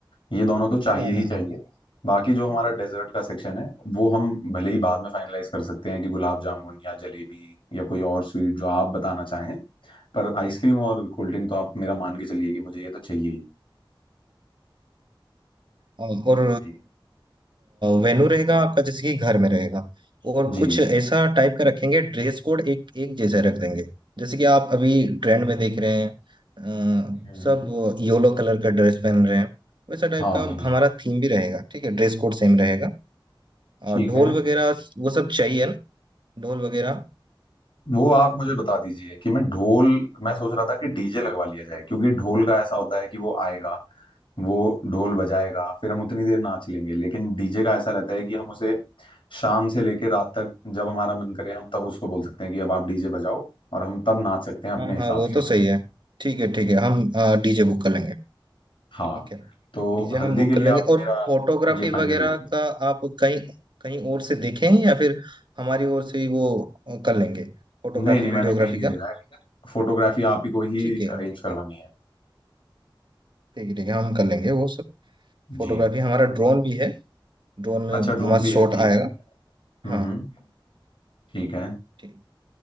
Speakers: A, on the left; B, on the right.
A: ये दोनों तो चाहिए
B: हाँ
A: ही
B: हाँ
A: चाहिए
B: हाँ
A: बाकी जो हमारा डेजर्ट का सेक्शन है वो हम भले ही बाद में फाइनलाइज कर सकते हैं कि गुलाब जामुन या जलेबी या कोई और स्वीट जो आप बताना चाहें पर आइसक्रीम और कोल्ड ड्रिंक तो आप मेरा मान के चलिए कि मुझे ये तो चाहिए ही
B: हाँ, और
A: जी,
B: वेन्यू रहेगा आपका जैसे कि घर में रहेगा और
A: जी।
B: कुछ ऐसा टाइप का रखेंगे ड्रेस कोड एक एक जैसा रख देंगे जैसे कि आप अभी ट्रेंड में देख रहे हैं अ,
A: हुँ।
B: सब येलो कलर का ड्रेस पहन रहे हैं वैसा टाइप
A: हाँ,
B: का
A: हाँ, हाँ।
B: हमारा थीम भी रहेगा ठीक है ड्रेस कोड सेम रहेगा
A: ठीक
B: और ढोल
A: है,
B: वगैरह वो सब चाहिए ना ढोल वगैरह
A: वो आप मुझे बता दीजिए कि मैं ढोल मैं सोच रहा था कि डीजे लगवा लिया जाए क्योंकि ढोल का ऐसा होता है कि वो आएगा, वो ढोल बजाएगा, फिर हम उतनी देर नाच लेंगे। लेकिन डीजे का ऐसा रहता है कि हम उसे शाम से लेके रात तक जब हमारा मन करे हम तब उसको बोल सकते हैं कि अब आप डीजे बजाओ और हम तब नाच सकते हैं अपने
B: हाँ
A: हिसाब
B: हाँ वो
A: से।
B: तो सही है ठीक है ठीक है हम डीजे बुक कर लेंगे
A: हाँ,
B: ओके
A: तो
B: डीजे हम
A: हल्दी
B: बुक
A: के लिए
B: कर लेंगे
A: आप
B: और
A: मेरा
B: फोटोग्राफी
A: ये फाइनल
B: वगैरह
A: रखिए।
B: का आप कहीं कहीं और से देखें या फिर हमारी ओर से ही वो अ, कर लेंगे फोटोग्राफी
A: नहीं, नहीं
B: वीडियोग्राफी
A: मैंने कहीं नहीं
B: का
A: देखा है। फ़ोटोग्राफ़ी आप ही को ही
B: ठीक है
A: अरेंज करवानी है।
B: ठीक है ठीक है हम कर लेंगे वो सब फोटोग्राफी
A: जी।
B: हमारा ड्रोन भी है ड्रोन में
A: अच्छा ड्रोन
B: मस्त
A: भी है
B: शॉट
A: ठीक
B: आएगा
A: है हम्म
B: हाँ
A: हम्म ठीक है
B: ठीक